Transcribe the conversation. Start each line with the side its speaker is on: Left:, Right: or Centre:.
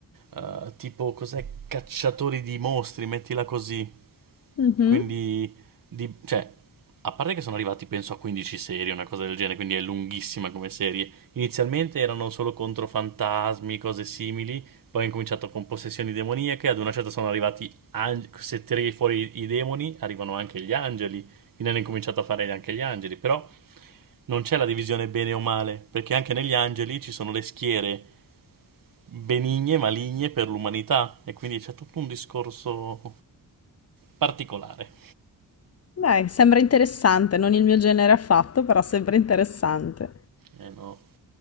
Right: eh, tipo, cos'è? Cacciatori di mostri, mettila così.
Left: Mhm.
Right: Quindi, di- cioè, a parte che sono arrivati penso a 15 serie, una cosa del genere, quindi è lunghissima come serie. Inizialmente erano solo contro fantasmi, cose simili, poi hanno cominciato con possessioni demoniache, ad una certa sono arrivati, ang- se tiri fuori i demoni, arrivano anche gli angeli, quindi hanno incominciato a fare anche gli angeli, però non c'è la divisione bene o male, perché anche negli angeli ci sono le schiere benigne e maligne per l'umanità, e quindi c'è tutto un discorso particolare.
Left: Dai, sembra interessante, non il mio genere affatto, però sembra interessante.
Right: Eh no.